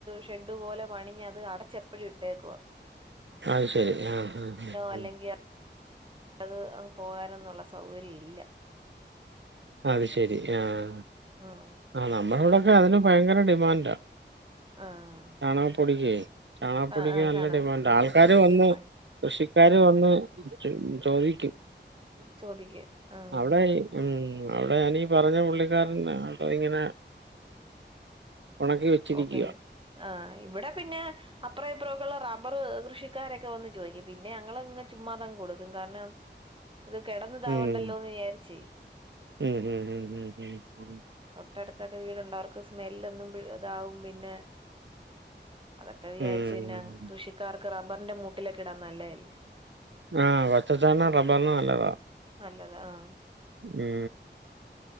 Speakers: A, on the right; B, on the right.
A: ഷെഡ് പോലെ പണിഞ്ഞത് അടച്ചപ്പഴി ട്ടേക്കുവ.
B: അയ് ശെരി ആഹ് ആഹ് ആഹ്
A: അല്ലെങ്കിൽ അത് അൻ പോവാനൊന്നുള്ള സൗകര്യല്ല.
B: അത് ശെരി ആഹ്
A: ഉം
B: ആ നമ്മളെ വടെക്കെ അതിനും ഭയങ്കര ഡിമാൻഡാ
A: ആഹ്
B: ചാണകം പൊടിക്കേ ചാണകപ്പൊടിക്ക്
A: ആഹ് ആഹ്
B: നല്ല
A: ചാണകം
B: ഡിമാൻഡാ ആൾക്കാര് വന്ന്
A: ഡിമാൻഡ്
B: കൃഷി ക്കാര് വന്ന് ച് ചോദിക്കും
A: ചോദിക്ക് ആഹ്
B: അവടെ ഈ ഉം അവടെ ഞാനീ പറഞ്ഞ പുള്ളിക്കാരൻ ആട്ടോ ഇങ്ങനെ ഉണക്കി വെച്ചിരിക്കുവാ
A: ഓ പിൻ ആഹ് ഇവടെ പിന്നെ അപ്രപ്രോപ്പൊള്ള റബ്ബർ കൃഷിക്കാരൊക്കെ വന്ന് ചോയ്ക്കും പിന്നെ അങ്ങൾ ഇങ്ങഹ് ചുമ്മാതങ് കൊടുക്കും കാര്ണം ഇത് കെടന്ന് ഇതാവണ്ടൊല്ലോ
B: ഉം
A: എന്ന് വിചാരിച്ചേ
B: ഉം ഉ. ഉം
A: ഇൊട്ടടുത്തൊക്കെ വീടുണ്ട അവർക്ക് സ്മെല്ലൊന്നും ഇതാവും പിന്നെ അതൊക്കെ വിചാരിച്ചു
B: ഉം ഉം.
A: പിന്നാ കൃഷിക്കാർക്ക് റബ്ബറിന്റെ മൂട്ടിലൊക്കെ ഇടാൻ നല്ലതല്ലേ
B: ആഹ പച്ചചാണകം
A: ഉം
B: റബ്ബറിനും നല്ലതാ
A: നല്ലതാ ആഹ്
B: ഉ